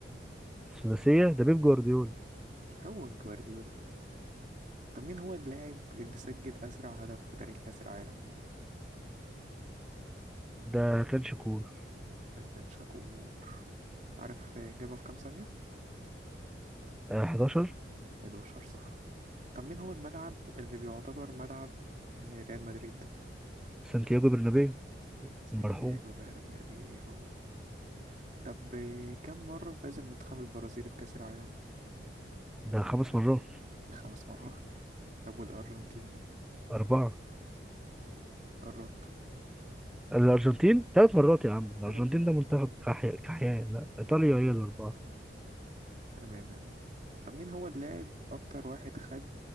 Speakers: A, in the centre; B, on the right (about 40°).
A: السداسية ده بيب جوارديولا
B: هو جوارديولا طب مين هو اللاعب اللي سجل أسرع هدف في تاريخ كأس العالم
A: ده كان شكور
B: كان شاكور عارف جابها في كام ثانية
A: آه، 11
B: 11 صح طب مين هو الملعب اللي بيعتبر ملعب آه، ريال مدريد
A: سانتياغو برنابيو
B: سانتياغو
A: المرحوم
B: برنابيو طب آه، كم مرة فاز المنتخب البرازيلي بكأس العالم
A: ده خمس مرات
B: خمس مرات طب والأرجنتين
A: أربعة
B: قربت
A: الأرجنتين ثلاث مرات يا عم الأرجنتين
B: ثلاثة يا عم
A: ده منتخب كحي... كحيان لا إيطاليا
B: أكيد
A: هي الأربعة
B: تمام يعني طب مين هو اللاعب أكتر واحد خد